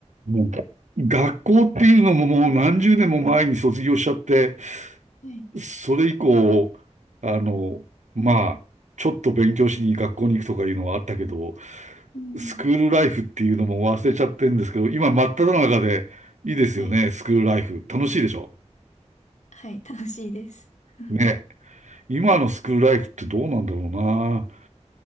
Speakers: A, on the right; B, on the left.
A: もう、学校っていうのももう何十年も前に卒業しちゃって、
B: はい。
A: それ以降、あの、まあ、ちょっと勉強しに学校に行くとかいうのはあったけど、
B: うん。
A: スクールライフっていうのも忘れちゃってるんですけど、今真っ只中でいいですよね、
B: はい。
A: スクールライフ。楽しいでしょ
B: はい。楽しいです。<laughs> うん
A: ね。今のスクールライフってどうなんだろうな。